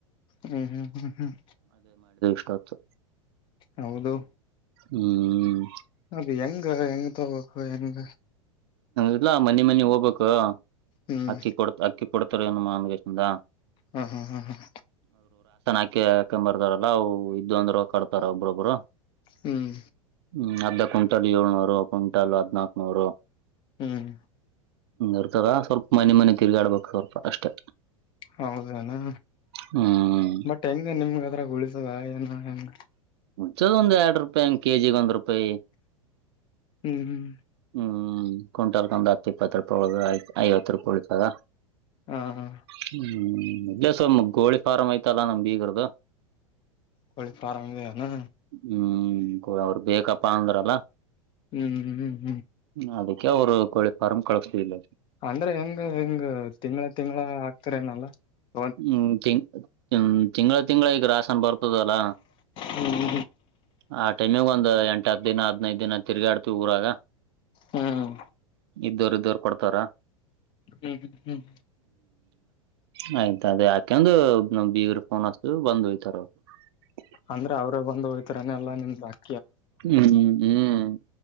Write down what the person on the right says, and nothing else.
ತಚ
ಹ್ಮ್
ಇಲ್ಲಾ ಮನೆಿ ಮನೆಿ ಹೋಗ್ಬೇಕು
ಅಕ್ಕಿ ಕೊಡತ ಅಕ್ಕಿ ಕೊಡತರನು ಮಮೂಲೆಯಿಂದ
ಅಕ ಹಾಕೊಂಬರ್ತಾರಲ್ಲಾ ಇದ್ೊಂದ್ರ ಕಡ್ತಾರ ಒಬ್ಬ್ರೊಬ್ರು
ಹ್ಮ್ ಅದ ಕ್ವಿಂಟಲ್ ಏಳ್ನೂರು ಕ್ವಿಂಟಲ್ ಹದ್ನಾಕ್ನೂರು
ಇರ್ತದ ಸ್ವಲ್ಪ ಮನೆ ಮನೆ ತಿರ್ಗಾಡ್ಬೇಕ ಕಪ ಅಷ್ಟೇ
ಹ್ಮ್
ಮುಂಚೆಯಲಾ, ಒಂದ್ ಎರಡು ರೂಪಾಯಿ ಹಂಗ್ ಕೆಜಿಗೇ, ಒಂದ್ ರೂಪಾಯಿ.
ಹ್ಮ್ ಕುಂಟಾಲ್ ಕಂದ ಹತ್ತ ಇಪ್ಪತ್ತು ರೂಪಾಯಿ. ಒಳಗ ಐವತ್ತು ರೂಪಾಯಿ ಉಳಿತಾದ
ಹ್ಮ್. ಎಸ್ಟ್.. ಸರ್, ಕೋಳಿ, ಫಾರಂ ಐತಲ್ಲ. ನಂಬಿಗರದು?
<inaudible>
ಹ್ಮ್! ಅವರು, ಬೇಕಪ್ಪಾ ಅಂದ್ರ! <inaudible> <unintelligible> <inaudible> <unintelligible>
ಹಮ್ ಅದಕ್ಕೆ ಅವರು! <inaudible> ಕೋಳಿ, ಫಾರಂ ಕಳಿಸ್ತಾ! ಇಲ್ಲ
ಹ್ಮ್, ತಿನ್! <inaudible> ಹ, ತಿಂಗಳ.. <inaudible> ತಿಂಗಳ, ಈಗ ರಾಸನ್ ಬರ್ತದಲ್ಲ!
ಆ ಟೈಮಗ್ ಒಂದ ಎಂಟ ಹತ್ತು ದಿನ ಹದಿನೈದು, ತಿರ್ಗಾ ಆಡ್ತವಿ. ಊರಾಗ
ಇದ್ದೋರು, ಇದ್ದೋರು! <unintelligible> ಕೊಡ್ತಾರಾ? <inaudible>
ಹೇಯ್. <inaudible> ಅದೇ, ಯಾಕಂದು. ಬಿಗರು ಫೋನ್ ಹಚ್ಚಾತೀವಿ ಬಂದು ಹೋಗ್ತಾರ ಅವರು! <unintelligible>
ಹ್ಮ್, ಹ್ಮ್,